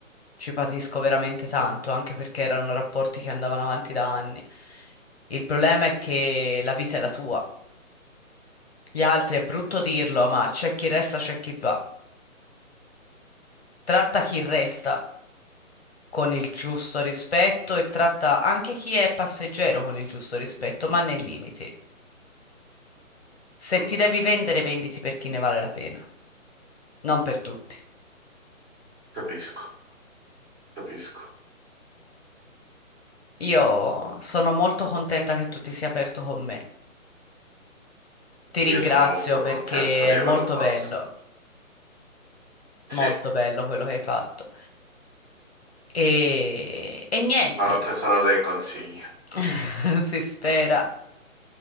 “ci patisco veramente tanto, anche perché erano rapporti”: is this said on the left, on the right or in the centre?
Left